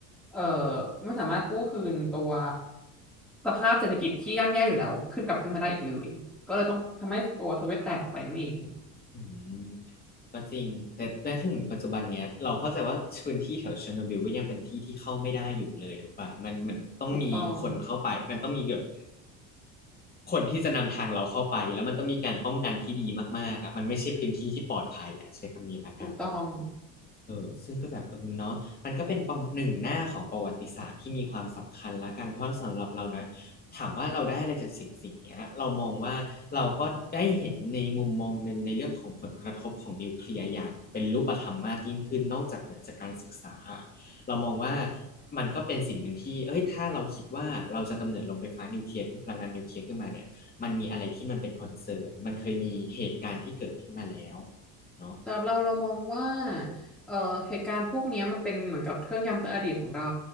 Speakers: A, in the centre; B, on the left.
A: เอ่อไม่สามารถกู้คืนตัวสภาพเศรษฐกิจที่ย่ำแย่อยู่แล้วขึ้นกลับขึ้นมาได้อีกเลยก็เลยต้องทำให้ตัวโซเวียตแตกออกไปนั่นเอง
B: อืมก็จริงแต่แต่ถึงปัจจุบันเนี้ยเราเข้าใจว่าพื้นที่แถวเชอร์โนบิลก็ยังเป็นที่ที่เข้าไม่ได้อยู่เลยถูกปะมันมันต้องมีคนเข้าไปมันต้องมีแบบ
A: ถูกต้อง
B: คนที่จะนำทางเราเข้าไปแล้วมันต้องมีการป้องกันที่ดีมากๆอ่ะมันไม่ใช่พื้นที่ที่ปลอดภัยอ่ะใช้คำนี้ละกัน
A: ถูกต้อง
B: เออซึ่งก็แบบเออเนาะมันก็เป็นประหนึ่งหน้าของประวัติศาสตร์ที่มีความสำคัญละกันเพราะสำหรับเรานะ ถามว่าเราได้อะไรจากสิ่งสิ่งเนี้ยเรามองว่าเราก็ได้เห็นในมุมมองหนึ่งในเรื่องของผลกระทบของนิวเคลียร์อย่างเป็นรูปธรรมมากยิ่งขึ้นนอกจากเหนือจากการศึกษาเรามองว่ามันก็เป็นสิ่งหนึ่งที่เอ้ยถ้าเราคิดว่าเราจะกำเนิดโรงไฟฟ้านิวเคลียร์ขึ้นพลังงานนิวเคลียร์ขึ้นมาเนี่ยมันมีอะไรที่มันเป็นคอนเซิร์นมันเคยมีเหตุการณ์ที่เกิดขึ้นมาแล้วเนาะ
A: สำหรับเราเรามองว่าเอ่อเหตุการณ์พวกเนี้ยมันเป็นเหมือนกับเครื่องย้ำเตือนอดีตของเรา